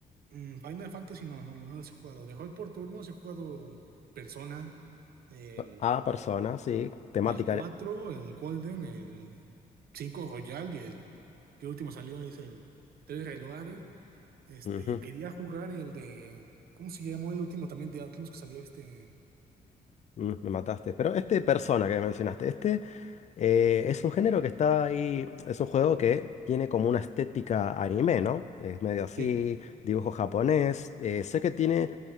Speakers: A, on the right; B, on the left.
A: Mm, Final Fantasy no, no, no los he jugado. De hoy por turnos he jugado Persona, el,
B: Ah, persona, sí, temática.
A: el 4
B: eh,
A: el Golden, el 5 Royal y el que último salió es el 3 Reloaded. Este,
B: Ujú,
A: quería jugar el de, ¿cómo se llamó el último también de Atlus que salió este?
B: mm, me mataste. Pero este persona que mencionaste, este eh, es un género que está ahí, es un juego que tiene como una estética anime, ¿no? Es medio así,
A: Sí,
B: dibujo japonés. eh, sé que tiene